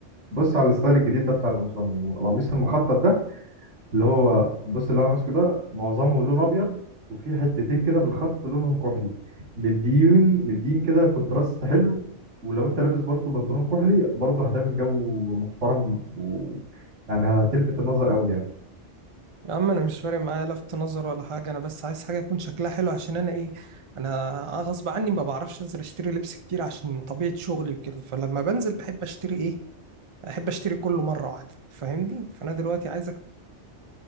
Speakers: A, on the right (about 75°); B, on the right (about 35°).
A: بص على الستايل الجديد ده بتاع القمصان القميص المخطط ده اللي هو بص اللي انا ماسكه ده معظمه لون ابيض وفي حتتين كده بالخط لونهم كحلي مديون مدين كده كونتراست حلو ولو انت لابس برضو بنطلون كحلي برضو هتعمل جو محترم و يعني هتلفت النظر قوي يعني
B: يا عم انا مش فارق معايا لفت نظر ولا حاجة انا بس عايز حاجة يكون شكلها حلو عشان انا ايه انا غصب عني ما بعرفش انزل اشتري لبس كتير عشان طبيعة شغلي وكده فلما بنزل بحب اشتري ايه احب اشتري كله مره واحده فاهمني فانا دلوقتي عايزك